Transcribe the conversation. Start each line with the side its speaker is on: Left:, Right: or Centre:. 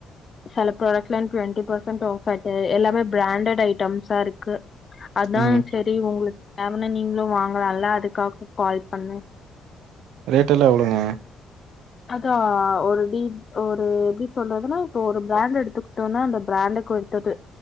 Left: சில ப்ராடக்ட்ஸ்ல டுவெண்டி பெர்சன்ட் <unintelligible> எல்லாமே பிராண்டேட் ஐட்டம்ஸா இருக்கு அதா
Right: ம்
Left: செரி உங்களுக்கு தேவன்னா நீங்களு வாங்கலால்ல அதுக்காக கால் பண்ணே
Right: ரேட் எல்லா எவ்ளோங்க
Left: அதா ஒரு டி ஒரு எப்டி சொல்றதுன்னா இப்ப ஒரு பிராண்ட் எடுத்துக்கிட்டோன்னா அந்த பிராண்ட பொறுத்தது